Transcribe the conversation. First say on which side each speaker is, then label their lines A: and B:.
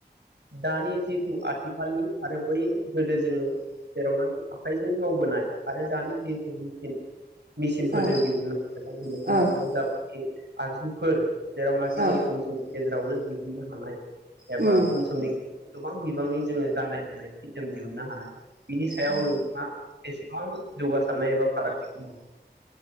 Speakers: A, on the right; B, on the right.
A: दानि जिथु आथिखालनि आरो बै गोदो जोङो। जेरावना आखाइजों मावबोनाय। आरो दानि जिहेथु मसिन मेसिनफोर
B: औ
A: जों दिहुननायनायखौ
B: औ
A: मुगायाव जाबाय। आगजुफोर जेरावनाखि
B: औ
A: जों खम समनि गेजेरावनो दिहुननो हानाय एबा।
B: उम
A: खम समनि गोबां बिबांनि जोङो गाननाय जोमनाय सि जोम दिहुननो हानाय। बिनि सायाव
B: औ
A: नोंथाङा एसेबां जौगासारनाय एबा फारागथिखौ नु